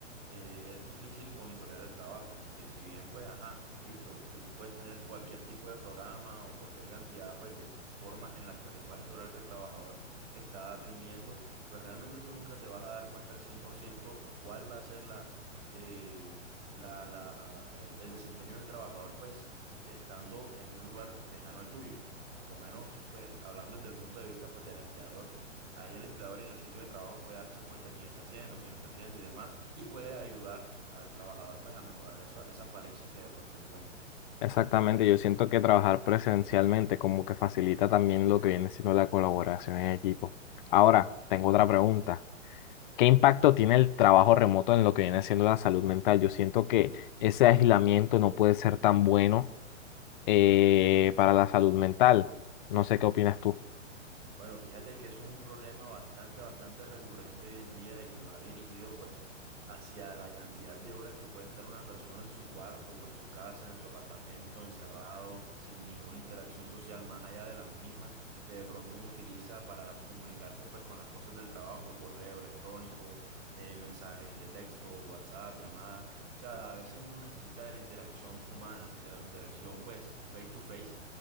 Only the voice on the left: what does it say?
Exactamente, yo siento que trabajar presencialmente como que facilita también lo que viene siendo la colaboración en equipo. Ahora, tengo otra pregunta. ¿Qué impacto tiene el trabajo remoto en lo que viene siendo la salud mental? Yo siento que ese aislamiento no puede ser tan bueno eh, para la salud mental. No sé qué opinas tú.